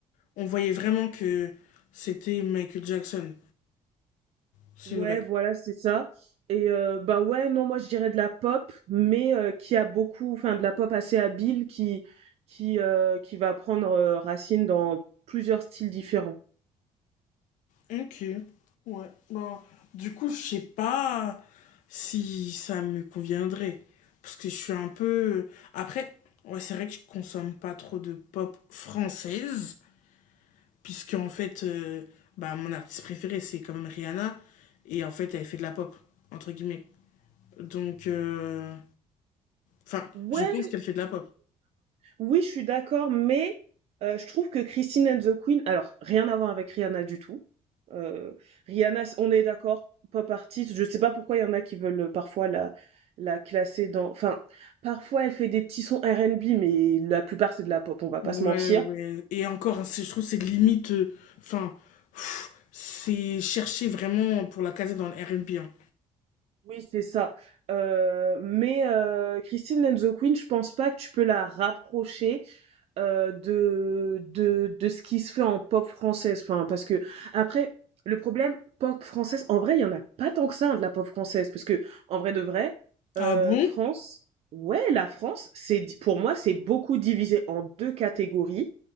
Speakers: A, on the left (about 80°); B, on the right (about 50°).
A: on voyait vraiment que c'était Michael Jackson. C'est
B: Ouais,
A: vrai.
B: voilà, c'est ça. Et euh, bah ouais, non, moi je dirais de la pop, mais euh, qui a beaucoup, enfin, de la pop assez habile, qui, qui, euh, qui va prendre euh, racine dans plusieurs styles différents.
A: Ok, ouais. Bah, du coup, je sais pas si ça me conviendrait. Parce que je suis un peu. Après, ouais, c'est vrai que je consomme pas trop de pop française. Puisque, en fait, euh, bah, mon artiste préféré, c'est quand même Rihanna. Et en fait, elle fait de la pop, entre guillemets. Donc, euh, enfin,
B: Ouais,
A: je pense
B: oui,
A: qu'elle fait de la pop.
B: oui, je suis d'accord, mais euh, je trouve que Christine and the Queen, alors rien à voir avec Rihanna du tout. Euh, Rihanna, c- on est d'accord, pop artiste. Je sais pas pourquoi il y en a qui veulent euh, parfois la la classer dans. Enfin, parfois elle fait des petits sons R&B, mais la plupart c'est de la pop. On va pas
A: Ouais,
B: se mentir.
A: ouais. Et encore, hein, c'est- je trouve que c'est limite. euh, Enfin, pff, c'est chercher vraiment pour la caser dans le R&B. hein.
B: Oui, c'est ça. Euh, mais euh, Christine and the Queen, je pense pas que tu peux la rapprocher euh, de, de, de ce qui se fait en pop française. Enfin, parce que, après, le problème, pop française, en vrai, il y en a pas tant que ça, hein, de la pop française. Parce que, en vrai de vrai, euh,
A: Ah bon?
B: France, ouais, la France, c'est, di- pour moi, c'est beaucoup divisé en deux catégories.